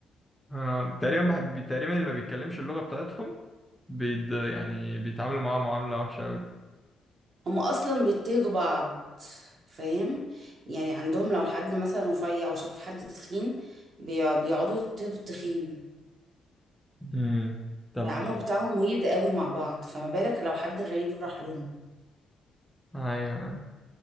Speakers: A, in the centre; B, on the right (about 55°).
A: آه... تقريبا بح... بي- تقريبا اللي ما بيتكلمش اللغة بتاعتهم بيد... يعني بيتعاملوا معاها معاملة وحشة أوي
B: هم اصلا بيضطهدوا بعض فاهم يعني عندهم لو حد مثلا رفيع او شاف حد تخين بي- بيقعدوا يضطهدوا التخين
A: امم طب
B: التعامل بتاعهم ويد قوي مع بعض فما بالك لو حد غريب راح لهم
A: أيوة